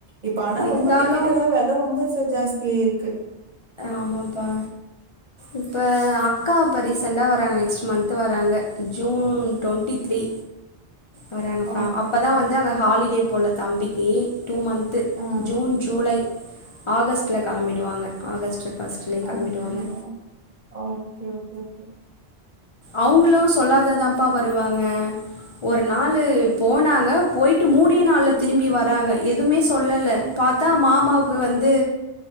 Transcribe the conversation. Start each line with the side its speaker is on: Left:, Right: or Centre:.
Right: இப்ப ஆனா
Left: இருந்தாலு
Right: ரொம்ப டிக்கெட் எல்லா வெல ரொம்ப ஜாஸ்தியா இருக்கு
Left: ஆமாப்பா இப்ப அக்கா இப்ப ரீசெண்டா வராங்க நெக்ஸ்ட் மந்த் வராங்க ஜூன் டுவெண்ட்டி த்ரீ வராங்கபா
Right: ஓகே
Left: அப்பதா
Right: ஓகே.
Left: வந்து அங்க ஹாலிடே போல தம்பிக்கு டூ மந்த்து
Right: ஆ.
Left: ஜூன் ஜூலை ஆகஸ்ட்ல கெளம்பிடுவாங்க ஆகஸ்ட் ஃபர்ஸ்ட்லயே
Right: அ
Left: கெளம்பிடுவாங்க
Right: அப்டியா ஓக்கே ஓகே
Left: அவுங்குளும் சொல்லாததான்ப்பா வருவாங்க ஒரு நாளு போனாங்க போயிட்டு மூணே நாள்ல திரும்பி வராங்க எதுமே சொல்லல பாத் தா மாமாவுக்கு வந்து